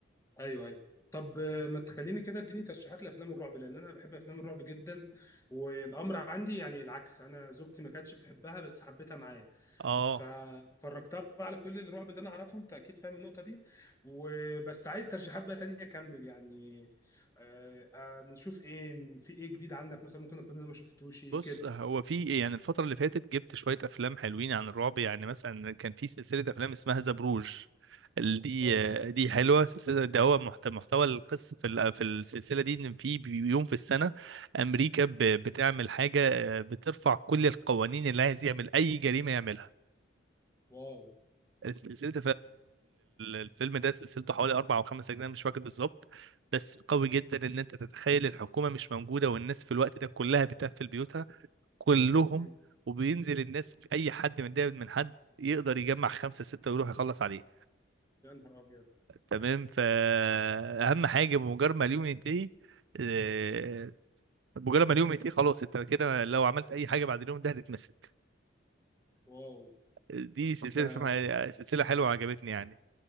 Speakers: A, on the left; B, on the right.
A: ايوه ايوه طب آه، ما تخليني كده اديني ترشيحات لافلام الرعب لان انا بحب افلام الرعب جدا والامر عندي يعني العكس انا زوجتي ما كانتش بتحبها بس حبيتها معايا
B: اه
A: ففرجتها بقى على كل الرعب اللي انا اعرفه انت اكيد فاهم النقطه دي وبس عايز ترشيحات بقى تانية اكمل يعني آه، آه، نشوف ايه في ايه جديد عندك مثلا ممكن اكون انا ما شفتوش كده
B: بص هو في إيه يعني الفترة اللي فاتت جبت شوية أفلام حلوين عن الرعب يعني مثلا كان في سلسلة أفلام اسمها ذا بروج دي
A: اه
B: دي حلوة سلسلة ده هو محت- محتوى القصة في ال- في السلسلة دي إن في بي- يوم في السنة أمريكا ب- بتعمل حاجة آه، بترفع كل القوانين اللي عايز يعمل أي جريمة يعملها
A: واو
B: سلسلة الفيلم ده سلسلته حوالي أربع أو خمس أجزاء مش فاكر بالظبط بس قوي جدا إن أنت تتخيل الحكومة مش موجودة والناس في الوقت ده كلها بتقفل بيوتها كلهم
A: مم.
B: وبينزل الناس اي حد متضايق من حد يقدر يجمع خمسه سته ويروح يخلص عليه
A: يا نهار ابيض
B: تمام فاهم حاجه بمجرد ما اليوم ينتهي آه، بمجرد ما اليوم ينتهي خلاص انت كده لو عملت اي حاجه بعد اليوم ده هتتمسك
A: واو
B: دي سلسله
A: ده
B: فيلم سلسله حلوه عجبتني يعني